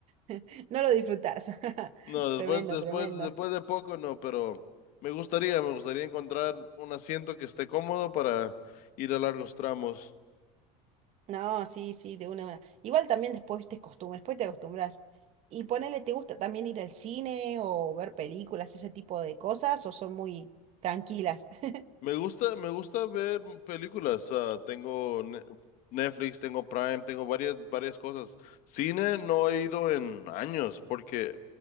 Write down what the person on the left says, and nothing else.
No, después,
después,
después de poco no, pero me gustaría, me gustaría encontrar un asiento que esté cómodo para ir a largos tramos.
Me gusta, me gusta ver películas. ah, tengo Ne- Netflix, tengo Prime, tengo varias, varias cosas. Cine no he ido en años, porque